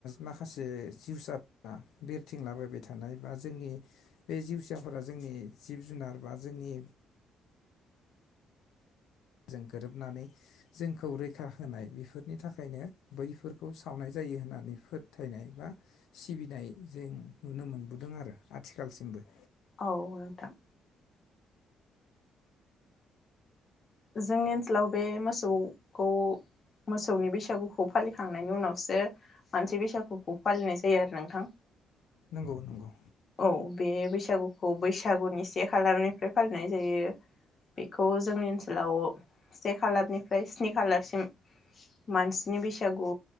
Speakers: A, on the left; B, on the left.
A: माखासे जिउसाफोरा बिरथिंला बायबाय थानाय बा जोंनि बे जिउसाफोरा जोंनि जिब जुनार बा जोंनि जों गोरोबनानै जोंखौ रैखा होनाय बेफोरनि थाखायनो बैफोरखौ सावनाय जायो होननानै फोथायनाय बा सिबिनाय जों नुनो मोनबोदों आरो आथिखालसिमबो।
B: औ नोंथां जोंनि ओनसोलाव बे मोसौखौ मोसौनि बैसागुखौ फालिखांनायनि उनावसो मानसि बैसागुखौ फालिनाय जायो आरो नोंथां।
A: नंगौ नंगौ
B: औ बे बैसागुखौ बैसागुनि सि से खालारनिफ्राय फालिनाय जायो बेखौ जोंनि ओसोल लाव से खालारनिफ्राय स्नि खालारसिम मानसिनि बैसागु